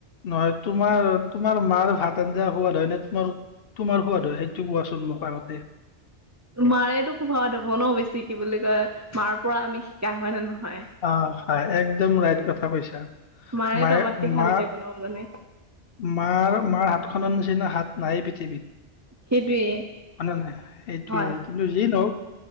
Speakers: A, on the left; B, on the right.
A: নহয় তোমাৰ তোমাৰ মাৰ ভাত আঞ্জা সোৱাদ হয় নে তোমাৰ তোমাৰ সোৱাদ হয় সেইটো কোৱাচোন মোক আগতে
B: মাৰেেতো খুব ভাত হ'ব ন বেছি কি বুলি কয় মাৰ পৰা আমি শিকা হয় নে নহয়?
A: অঁ একদম ৰাইট কথা কৈছা।
B: মাৰেতো
A: মায়ে
B: আমাতকে ভালকে
A: মা
B: বনাব জানে
A: মাৰ- মাৰ হাতত খনৰ নিচিনা হাত নায়েই পৃথিৱত
B: সেইটোৱে
A: হয় নে নাই সেইটোয়ে
B: হয়
A: কিন্তু যি নহওক